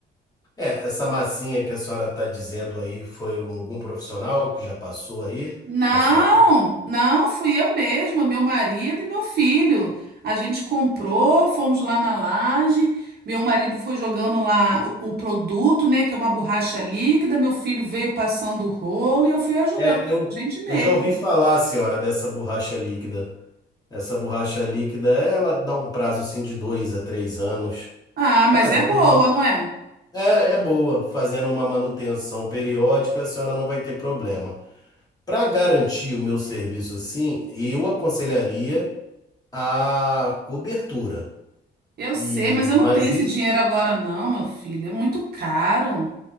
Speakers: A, on the left (about 20°); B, on the right (about 55°).
A: É, essa massinha que a senhora está dizendo aí foi algum profissional que já passou aí
B: Não,
A: na sua.
B: não, fui eu mesma, meu marido e meu filho. A gente comprou, fomos lá na laje. Meu marido foi jogando lá o, o produto, né, que é uma borracha líquida. Meu filho veio passando o rolo e eu fui ajudando,
A: É, eu,
B: a gente mesmo.
A: eu já ouvi falar, senhora, dessa borracha líquida. Essa borracha líquida, ela dá um prazo assim de dois a três anos.
B: Ah, mas
A: Fazer
B: é boa,
A: uma,
B: não é?
A: É, é boa, fazendo uma manutenção periódica, a senhora não vai ter problema. Para garantir o meu serviço assim, eu aconselharia a cobertura.
B: Eu sei,
A: E
B: mas eu não
A: mas
B: tenho esse
A: isso,
B: dinheiro agora, não, meu filho. É muito caro.